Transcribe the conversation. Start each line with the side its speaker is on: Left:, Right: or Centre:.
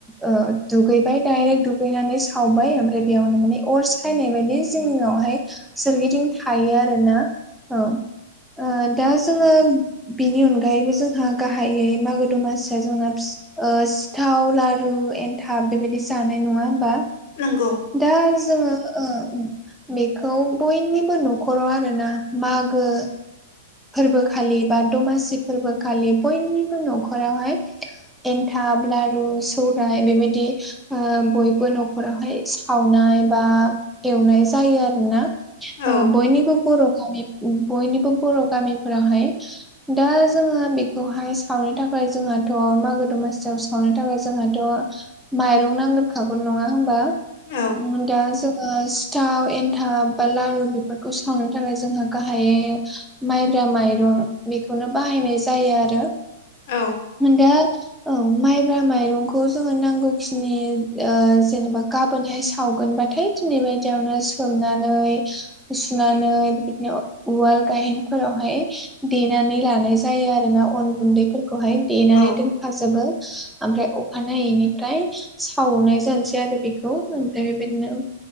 Centre: ओ दुगैबाय डाइरेक्ट दुगैनानै सावबाय आमफ्राय बेयावनो माने अर सायनाय मानि जिनिआवहाय सोरगिदिं थायो आरोना औ ओ दा जोङो बिनि अनगायैबो जोंहा गाहायै मागो दमासिआ जोंना फि ओ सिथाव लारु एनथाब बेदिनो जानाय नङा होनबा
Left: नोंगौ
Centre: दा जोङो ओ बेखौ बयनिबो न'खराव आरोना मागो फोरबोखालि बा दमासि फोरबोखालि बयनिबो न'खरावहाय एन्थाब लारु सौराय बेबायदि ओ बयबो न'खरावहाय सा सावनाय बा एवनाय जायो आरोना ओ
Left: औ
Centre: बयनिबो बर' गामि बयनिबो बर' गामिफोरावहाय दा जोङो बेखौहाय सावनो थाखाय जोंहाथ' मागो दमासिआव सावनो थाखाय जोंहाथ' माइरं नांगोरखागौ नङा होनबा ओ
Left: औ
Centre: दा जोङो सिथाव एनथाब बा लारु बेफोरखौ सावनो थाखाय जोंहा गाहायै माइब्रा माइरं बेखौनो बाहायनाय जायो आरो
Left: औ
Centre: दा औ माइब्रा माइरंखौ जोङो नांगौखिनि ओ जेनोबा गाबोनहाय सावगोनबाथाय दिनै बादिआवनो सोमनानै सुनानै बिदिनो उवाल गाहेन फोरावहाय देनानै लानाय जायो आरो ना अन गुनदैफोरखौहाय देनानै
Left: औ
Centre: दोनखाजोबो आमफ्राय अखानायैनिफ्राय सावनाय जानोसै आरो बेखौ ओमफ्राय बेबायदिनो